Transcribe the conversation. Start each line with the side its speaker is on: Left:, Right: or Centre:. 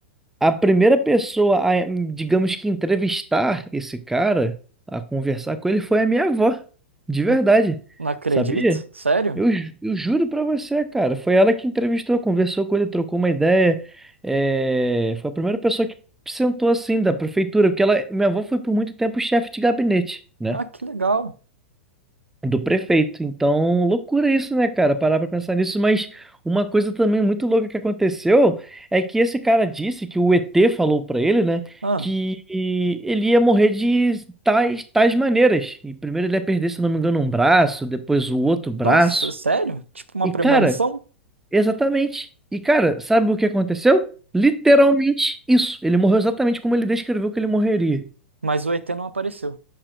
Centre: A primeira pessoa a, hum, digamos que entrevistar esse cara, a conversar com ele, foi a minha avó, de verdade.
Right: Hum, Não acredito.
Centre: Sabia?
Right: Sério?
Centre: Eu, ju- eu juro pra você, cara. Foi ela que entrevistou, conversou com ele, trocou uma ideia. É, Foi a primeira pessoa que sentou assim da prefeitura, porque ela, minha avó foi por muito tempo chefe de gabinete, né?
Right: Ah, que legal.
Centre: Do prefeito. Então, loucura isso, né, cara? Parar pra pensar nisso. Mas uma coisa também muito louca que aconteceu é que esse cara disse que o ET falou pra ele, né?
Right: Ah,
Centre: Que ele ia morrer de tais, tais maneiras. E primeiro ele ia perder, se eu não me engano, um braço, depois o outro braço.
Right: nossa, sério? Tipo uma
Centre: E,
Right: premonição?
Centre: cara. Exatamente. E, cara, sabe o que aconteceu? Literalmente isso. Ele morreu exatamente como ele descreveu que ele morreria.
Right: Mas o ET não apareceu.